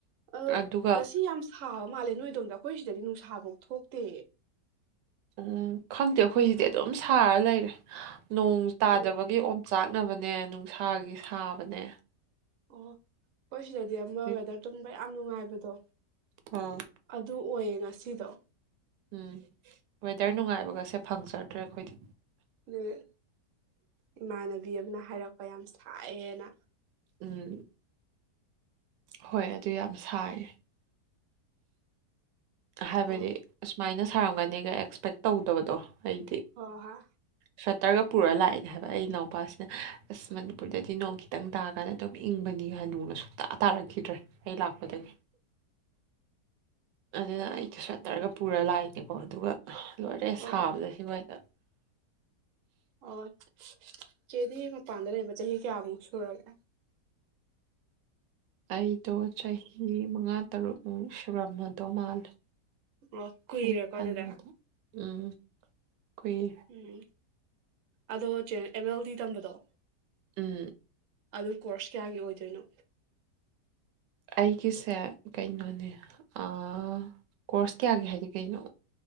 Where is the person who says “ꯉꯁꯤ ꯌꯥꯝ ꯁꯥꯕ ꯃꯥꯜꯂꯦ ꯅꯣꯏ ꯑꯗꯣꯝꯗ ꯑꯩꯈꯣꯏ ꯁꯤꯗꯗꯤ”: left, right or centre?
Right